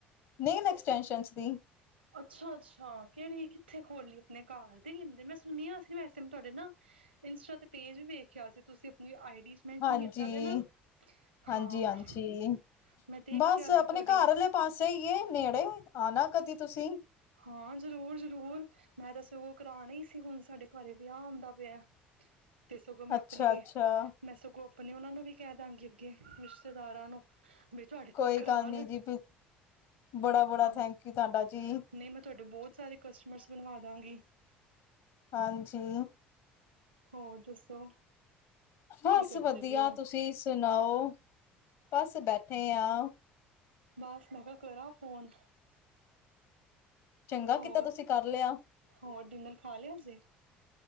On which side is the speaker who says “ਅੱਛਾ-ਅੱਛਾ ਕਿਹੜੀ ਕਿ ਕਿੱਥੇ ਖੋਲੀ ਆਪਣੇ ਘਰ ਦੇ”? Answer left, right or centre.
Right